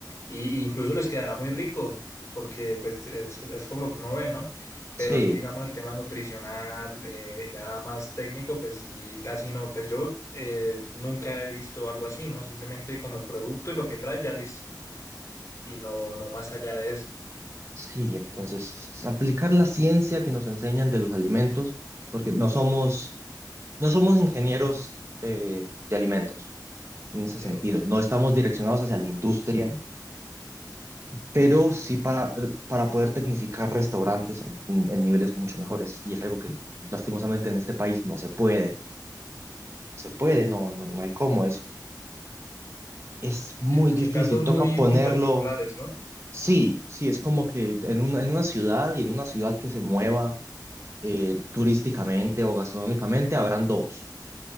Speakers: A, on the left; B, on the right.
A: y, y incluso les quedará muy rico, porque, pues, es, es como lo que uno ve, ¿no? Pero
B: Sí.
A: sí, digamos, el tema nutricional, eh, ya más técnico, pues sí, casi no, pues yo eh, nunca he visto algo así, ¿no? Simplemente como el producto y lo que trae, ya listo, y no, no más allá de eso.
B: Sí, entonces aplicar la ciencia que nos enseñan de los alimentos, porque no somos, no somos ingenieros eh, de alimentos en ese
A: sí
B: sentido, no estamos direccionados hacia la industria, pero sí para, para poder tecnificar restaurantes en, en niveles mucho mejores, y es algo que lastimosamente en este país no se puede, no se puede, no, no, no hay cómo, es, es muy
A: eh, pues
B: difícil,
A: en casos
B: toca
A: muy,
B: ponerlo,
A: muy particulares, ¿no?
B: sí, sí, es como que en un- en una ciudad y en una ciudad que se mueva eh, turísticamente o gastronómicamente, habrán dos